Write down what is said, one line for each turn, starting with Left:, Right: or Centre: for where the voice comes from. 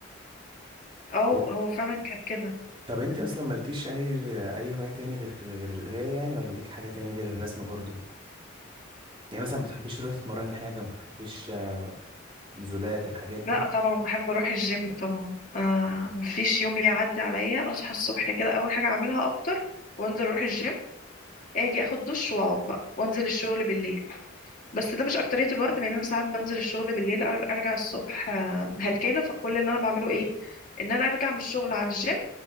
Left: اه
Right: أو...
Left: هو فعلا كان كده
Right: طب انت
Left: مم.
Right: اصلا مالكيش اي اي هواية تاني غير غير القراية يعني ولا ليك حاجة تاني غير الرسم برضو يعني مثلا ما بتحبيش تروحي تتمرني حاجة ما بتحبيش آه، نزولات الحاجات دي
Left: لا طبعا بحب اروح الجيم طبعا آه مفيش يوم يعدي عليا اصحى الصبح كده اول حاجه اعملها افطر وانزل اروح الجيم اجي اخد دش واقعد بقى وانزل الشغل بالليل بس ده مش اكتريه الوقت لان انا ساعات بنزل الشغل بالليل أر- ارجع الصبح آه، هلكانه فكل اللي انا بعمله ايه ان انا ارجع من الشغل على الجيم